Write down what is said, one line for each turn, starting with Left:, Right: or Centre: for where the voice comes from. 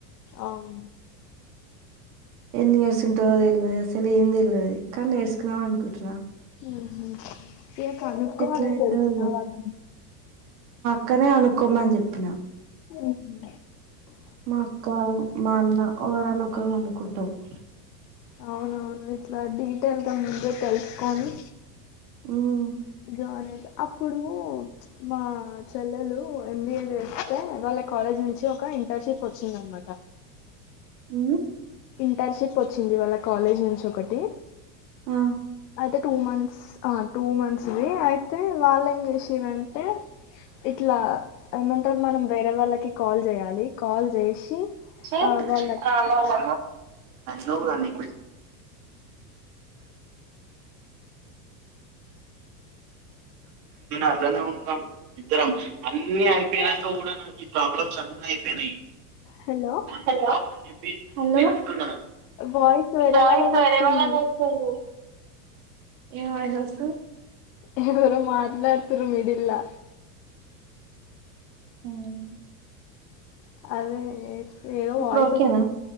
Left: అవునా
Right: ఎన్ని ఇయర్స్ ఉంటదో తెల్వదు, అసలు ఏం తెలవది. కాని నేర్సుకుందాం అనుకుంటున్నా.
Left: హ్మ్ హు ఏ కనుక్కోవాల
Right: ఎట్లా అయితదో
Left: తెలిసిన వాళ్లని
Right: క్కనే అనుకోమని చెప్పిన
Left: ఉమ్.
Right: మా అక్క మా అన్న ఎవరైనా ఒకరు కనుక్కుంటరు
Left: అవునవును ఇట్ల డీటెయిల్ గా ముందే తెలుసుకొని
Right: మ్మ్
Left: జాయిన్ అయితే అప్పుడూ మా చెల్లెలు ఎం బీ ఏ చేస్తే, వాళ్ళ కాలేజీ నుంచి ఒక ఇంటర్ షిప్ వచ్చింది అనమాట.
Right: మ్మ్
Left: ఇంటర్ షిప్ వచ్చింది వాళ్ళ కాలేజ్ నుంచి ఒకటి
Right: ఆ
Left: అయితే టూ మంత్స్ ఆ టూ మంత్స్ వీ అయితే వాళ్ళు ఏం చేసిర్రంటే, ఇట్లా ఏమంటారు మనం వేరే వాళ్ళకి కాల్ చేయాలి కాల్ చేసి,
Right: చ్చి
Left: ఆ వాళ్ళ
Right: ద నౌగాన్ని అట్లనే ఉంటున్నాం ఇద్దరం అన్ని అయిపోయినంక కూడా మనకి ప్రాబ్లమ్స్ అన్ని అయిపోయినాయి
Left: హలో
Right: హలో హలో
Left: వాయిస్ వేరే
Right: వాయిస్
Left: వాళ్ళది
Right: వేరే
Left: వస్తుంది
Right: వాళ్ళది వస్తుంది ఏం వాయిసెస్సు
Left: ఎవరో మాట్లాడుతురు మిడిల్లా
Right: మ్మ్
Left: అవే ఏట్స్ ఏదో
Right: ఇప్పుడు
Left: వాయిస్
Right: ఓకేనా
Left: వస్తుంది